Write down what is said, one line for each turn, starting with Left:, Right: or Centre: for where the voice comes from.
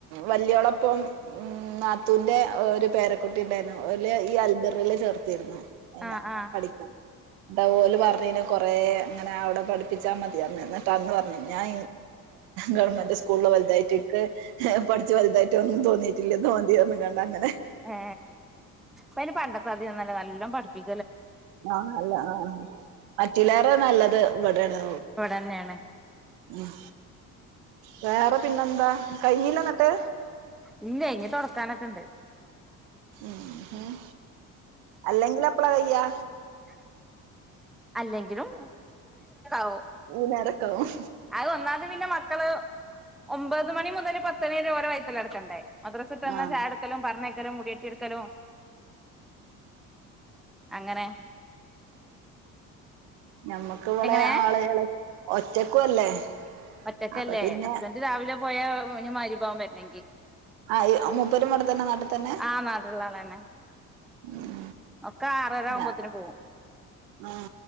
Right: വല്ല്യോളപ്പം ഉം നാത്തൂന്റെ ഒരു പേരക്കുട്ടി ഉണ്ടാരുന്നു. ഒല് ഈ അൽബറീല് ചേർത്തിരുന്നു. അയ്നെ
Centre: ആഹ് ആഹ്
Right: പഠിക്കാൻ ഇടെ ഓല് പറഞ്ഞീനി കൊറേ അങ്ങനെ അവിടെ പഠി പഠിപ്പിച്ചാൽ മതിയെന്ന് എന്നിട്ടന്ന് പറഞ്ഞീനി ഞാൻ ഗവൺമെന്റ് സ്കൂളില് വലുതായിട്ടൊക്കെ പഠിച്ച് വലുതായിട്ട് ഒന്നും തോന്നിയിട്ടില്ലെന്ന് മതിയോന്നങ്ങാണ്ട് അങ്ങ
Centre: ഏ ഇപ്പ അയിനു പണ്ടത്തെമാതിരിയൊന്നുമല്ല നല്ലോം പഠിപ്പി
Right: ആ നല്ല ആ മറ്റിലേറെ നല്ല ത് ഇവിടെയാണ്.
Centre: ഇവിടെന്നാണ്.
Right: ഉം വേറെ പിന്നെന്താ കഴിഞ്ഞില്ലേ ന്നിട്ട്?
Centre: ഇല്ല ഇനി തൊടക്കാനൊക്കെ ഒണ്ട്.
Right: ഉം അല്ലെങ്കിലെപ് പ്ളാ കയ്യാ?
Centre: <inaudible> ഇല്ലെങ്കിലും ഔ
Right: ഈ നേരക്കാവും
Centre: അത് ഒന്നാമത് പിന്നെ മക്കള് ഒമ്പത് മണി മുതല് പത്തണി വരെ ഓരേ വയ്ത്തലാവും ക്കണ്ടേ മദ്രസ്സവിട്ടന്നാ
Right: ആഹ്
Centre: ചായകൊടുക്കലും പറഞ്ഞേക്ക മുടിയട്ടി എടുക്കലും അങ്ങനെ
Right: നമ്മക്ക ഇവിടെ
Centre: എങ്ങനെ
Right: ആളുകള ഒറ്റക്കു അല്ലേ?
Centre: ഒറ്റക്കല്ലേ
Right: അപ്പൊ പിന്നെ
Centre: ഹസ്ബന്റ് രാവിലെ പോയാ മ വിഭവം വരുന്നെങ്കി
Right: ആ മുപ്പരും ഇവ്ടെ തന്നെ നാട്ടിൽ തന്നെ?
Centre: ആഹ് നാട്ടിലുള്ള ആളന്നെ
Right: ഉം
Centre: ഒക്കെ ആറര ആവുമ്പോത്തിന്
Right: ഞാ
Centre: പോവും
Right: ആ